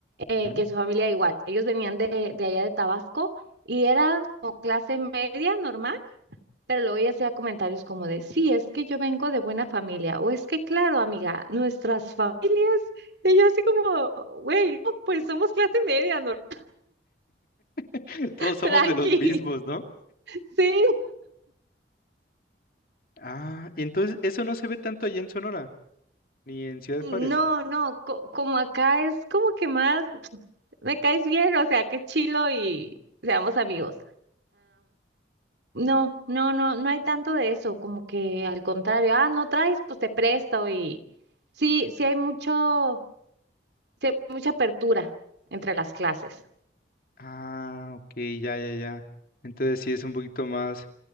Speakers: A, on the right; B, on the left.
A: eh,
B: Ujú.
A: que su familia igual, ellos venían de, de allá de Tabasco y eran como clase media normal, pero luego ella hacía comentarios como de, sí, es que yo vengo de buena familia, o es que claro, amiga, nuestras familias, y yo así como, güey, no, pues somos clase media normal,
B: <laughs> Todos
A: <laughs>
B: somos
A: tranqui,
B: de los mismos, ¿no?
A: <laughs> sí.
B: Ah, y entonces eso no se ve tanto allá en Sonora, ni en Ciudad
A: No,
B: Juárez.
A: no, co- como acá es como que más, me caes bien, o sea, qué chilo y seamos amigos. No, no, no, no hay tanto de eso, como que al contrario, ah, no traes, pues te presto y sí, sí hay mucho, sí hay mucha apertura entre las clases.
B: Ah, ok, ya, ya, ya. Entonces sí es un poquito más